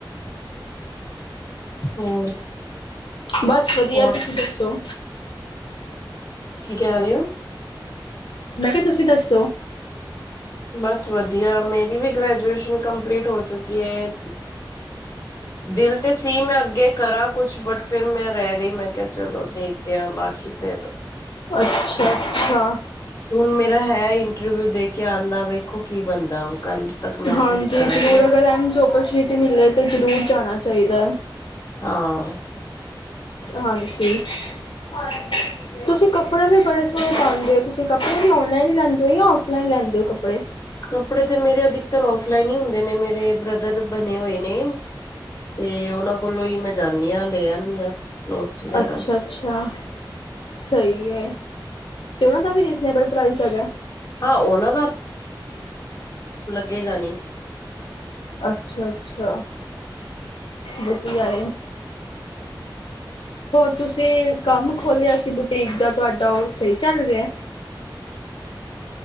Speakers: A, on the left; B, on the left.
A: ਹੋਰ
B: ਬਸ ਵਧੀਆ
A: ਹੋਰ
B: ਤੁਸੀਂ ਦੱਸੋ
A: ਕੀ ਕਹਿ ਰਹੇ ਹੋ
B: ਮੈਂ ਕਿਹਾ ਤੁਸੀਂ ਦੱਸ
A: ਬਸ ਵਧੀਆ ਮੇਰੀ ਵੀ ਗ੍ਰੈਜੂਏਸ਼ਨ ਕੰਪਲੀਟ ਹੋ ਚੁੱਕੀ ਹੈ ਦਿਲ ਤੇ ਸੀ ਮੈਂ ਅੱਗੇ ਕਰਾਂ ਕੁਛ ਬਟ ਫਿਰ ਮੈਂ ਰਹਿ ਗਈ ਮੈਂ ਕਿਹਾ ਚਲੋ ਦੇਖਦਿਆਂ ਬਾਕੀ ਫਿਰ
B: ਅੱਛਾ ਅੱਛਾ
A: ਹੁਣ ਮੇਰਾ ਹੈ ਇੰਟਰਵਿਊ ਦੇ ਕੇ ਆਉਂਦਾ ਵੇਖੋ ਕੀ ਬਣਦਾ ਹੁਣ ਕੱਲ ਤੱਕ ਮੈਸੇਜ
B: ਹਾਂਜੀ
A: ਕਰਾਂਗੀ
B: ਜ਼ਰੂਰ ਅਗਰ ਇਨ ਓਪਰਚੁਨਿਟੀ ਮਿਲੇ ਤੇ ਜ਼ਰੂਰ ਜਾਣਾ ਚਾਦਾ
A: ਹਾਂ
B: ਹਾਂਜੀ ਹ ਤੁਸੀਂ ਕੱਪੜੇ ਵੀ ਬੜੇ ਸੋਹਣੇ ਪਾਉਂਦੇ ਹੋ ਤੁਸੀਂ ਕੱਪੜੇ ਵੀ ਔਨਲਾਈਨ ਹੀ ਲੈਂਦੇ ਹੋ ਜਾਂ ਔਫਲਾਈਨ ਲੈਂਦੇ ਹੋ ਕੱਪੜੇ
A: ਕੱਪੜੇ ਤੇ ਮੇਰੇ ਅਧਿਕਤ ਫਲਾਈਨ ਹੀ ਹੁੰਦੇ ਨੇ ਮੇਰੇ ਬ੍ਰਦਰ ਬਣੇ ਹੋਏ ਨੇ ਤੇ ਉਹਨਾਂ ਕੋਲੋਂ ਹੀ ਮੈਂ ਜਾਂਦੀ ਹ ਲੈ ਆਦੀ ਹਾਂ ਕਲੋਥਸ ਵਗੈਰਾ
B: ਅੱਛਾ ਅੱਛਾ ਸਹੀ ਹੈ ਤੇ ਉਹਨਾਂ ਦਾ ਵੀ ਰੀਜਨੇਬਲ ਪ੍ਰਾਈਸ ਹੈਗਾ
A: ਹਾਂ ਉਹਨਾਂ ਅੱਗੇ ਗਣੀ
B: ਅੱਛਾ ਅੱਛਾ ਵਧਆਏ ਹੋਰ ਤੁਸੀਂ ਕੰਮ ਖੋਲਿਆ ਸੀ ਬੁਟੀਕ ਦਾ ਤੁਹਾਡਾ ਉਹ ਸਹੀ ਚੱਲ ਰਿਹਾ